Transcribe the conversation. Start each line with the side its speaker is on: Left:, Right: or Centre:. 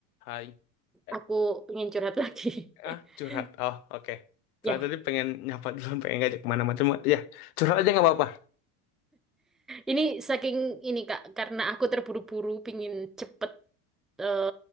Left: Hai. Eh,
Centre: Aku pengen curhat lagi.
Left: ah,
Centre: <laughs>
Left: curhat. Oh, oke. Soalnya
Centre: Ya,
Left: tadi pengen nyapa dulu, pengen ngajak kemana-mana. Cuma, ya, curhat aja nggak apa-apa.
Centre: ini saking ini Kak, karena aku terburu-buru pingin cepet eh,